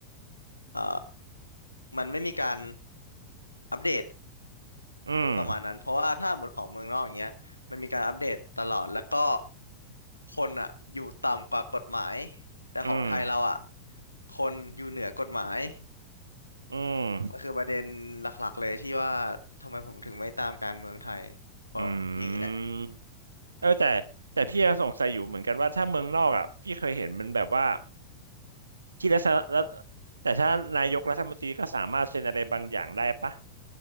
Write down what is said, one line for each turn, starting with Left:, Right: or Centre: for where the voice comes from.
Left: เอ่อมันไม่มีการอัปเดต
Right: อืม
Left: ประมาณนั้น เพราะว่าถ้าหมดของเมืองนอกอย่างเงี้ยมันมีการอัปเดตตลอด แล้วก็คนอ่ะอยู่ต่ำกว่ากฎหมาย แต่ของไทยเราอ่ะ
Right: อืม
Left: คนอยู่เหนือกฎหมาย
Right: อืม
Left: มันคือประเด็นหลักๆเลยที่ว่าทำไมผมถึงไม่ตามการเมืองไทย เพราะอย่างนี้แหละ
Right: อืมเออแต่แต่พี่ยังสงสัยอยู่เหมือนกันว่าถ้าเมืองนอกอ่ะพี่เคยเห็นมันแบบว่าที่รัฐแต่ถ้านายกรัฐมนตรีก็สามารถเซ็นอะไรบางอย่างได้ปะ